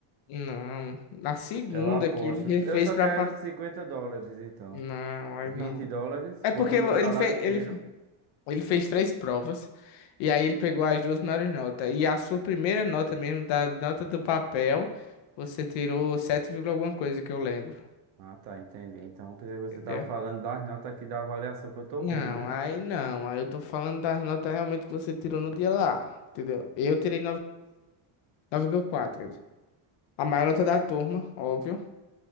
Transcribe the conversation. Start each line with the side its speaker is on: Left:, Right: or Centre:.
Left: Não, na segunda
Right: Eu aposto.
Left: que ele refez
Right: Eu só
Left: pra.
Right: quero
Left: pa-
Right: 50 dólares, então.
Left: Não, aí
Right: vinte
Left: não.
Right: dólares
Left: É
Right: contra
Left: porque ele
Right: o meu salário
Left: fez,
Right: inteiro.
Left: ele, ele fez três provas e aí ele pegou as duas maiores notas. E a sua primeira nota mesmo, da nota do papel, você tirou 7 vírgula alguma coisa que eu lembro.
Right: Ah, tá, entendi. Então, pensei que você
Left: Entendeu?
Right: tava falando das notas aqui da avaliação que eu tô
Left: Não,
Right: vendo, né?
Left: aí não. Aí eu tô falando das notas realmente que você tirou no dia lá. Entendeu? Eu tirei 9,6. 9,4. A maior nota da turma, óbvio.